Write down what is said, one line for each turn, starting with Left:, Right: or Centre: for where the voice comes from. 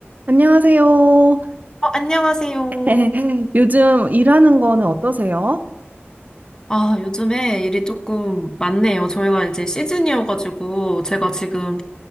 Right: 안녕하세요.
Left: 어, 안녕하세요.
Right: <laughs> 요즘 일하는 거는 어떠세요?
Left: 아, 요즘에 일이 조금 많네요. 저희가 이제 시즌이어가지고, 제가 지금